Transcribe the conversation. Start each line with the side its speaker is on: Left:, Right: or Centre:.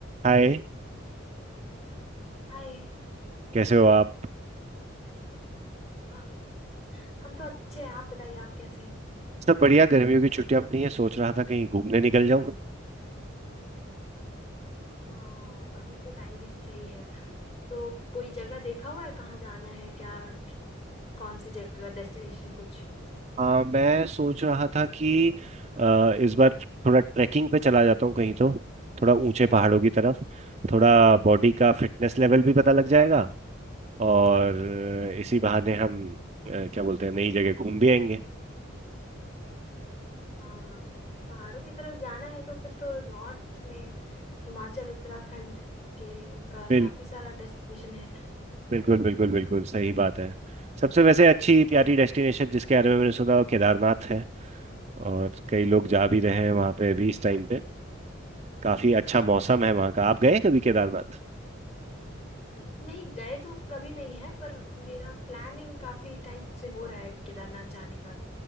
Right: हाय
Left: हाय
Right: कैसे हो आप
Left: हाँ हम तो अच्छे हैं आप बताइए आप कैसे हैं?
Right: सब बढ़िया गर्मियों की छुट्टियां अपनी है सोच रहा था कहीं घूमने निकल जाऊं
Left: हाँ अभी तो टाइम भी सही है तो कोई जगह देखा हुआ है कहाँ जाना है क्या कौन सी जगह डेस्टिनेशन कुछ
Right: आ, मैं सोच रहा था कि आ, इस बार थोड़ा ट्रैकिंग पे चला जाता हूँ कहीं तो थोड़ा ऊंचे पहाड़ों की तरफ थोड़ा बॉडी का फिटनेस लेवल भी पता लग जाएगा और इसी बहाने हम आ, क्या बोलते हैं नई जगह घूम भी आएंगे
Left: हाँ पहाड़ों की तरफ जाना है तो फिर तो नॉर्थ में हिमाचल उत्तराखंड के का
Right: बिल,
Left: काफी सारा डेस्टिनेशन है
Right: बिल्कुल बिल्कुल बिल्कुल सही बात है सबसे वैसे अच्छी प्यारी डेस्टिनेशन जिसके बारे में मैंने सुना वो केदारनाथ है और कई लोग जा भी रहे हैं वहाँ पे अभी इस टाइम पे काफी अच्छा
Left: हाँ
Right: मौसम है वहाँ का आप गए हैं कभी केदारनाथ
Left: नहीं गए तो कभी नहीं है पर मेरा प्लानिंग काफी टाइम से हो रहा है केदारनाथ जाने का